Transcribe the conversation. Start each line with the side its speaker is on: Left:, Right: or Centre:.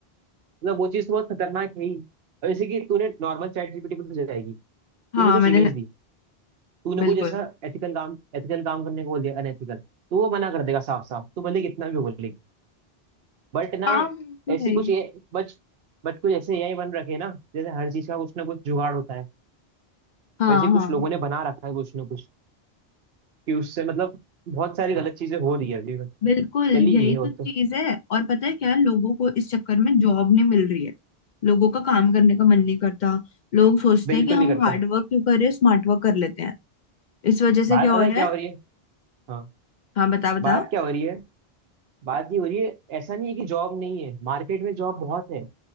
Right: मतलब वो चीज तो बहुत खतरनाक है ही और जैसे कि तूने नॉर्मल चैट जीपीटी पे तो जाएगी तूने
Left: हाँ
Right: कुछ
Left: मैंने
Right: इमेज दी तूने
Left: बिल्कुल
Right: कुछ ऐसा एथिकल काम एथिकल काम करने को बोल दिया अनएथिकल तो वो मना कर देगा साफ साफ तू भले कितना भी बोलेगी बट ना
Left: हाँ वो
Right: ऐसी
Left: तो है ही।
Right: कुछ ये बच बट कुछ ऐसे एआई बन रखे हैं ना जैसे हर चीज का कुछ ना कुछ जुगाड़ होता है
Left: हाँ
Right: वैसे ही
Left: हाँ
Right: कुछ लोगों ने बना रखा है कुछ ना कुछ कि उससे मतलब बहुत सारी गलत चीजें हो रही है अभी मतलब
Left: बिल्कुल यही
Right: चल ही रही है वो
Left: तो चीज
Right: तो
Left: है और पता है क्या लोगों को इस चक्कर में जॉब नहीं मिल रही है लोगों का काम करने का मन नहीं करता लोग सोचते
Right: बिल्कुल
Left: हैं कि हम
Right: नहीं करता
Left: हार्ड वर्क क्यों कर रहे हैं स्मार्ट वर्क कर लेते हैं इस वजह
Right: बात
Left: से क्या हो
Right: पता
Left: रहा
Right: है क्या
Left: है
Right: हो रही है हाँ
Left: हाँ बता बता
Right: बात क्या हो रही है बात ये हो रही है ऐसा नहीं है कि जॉब नहीं है मार्केट में जॉब बहुत है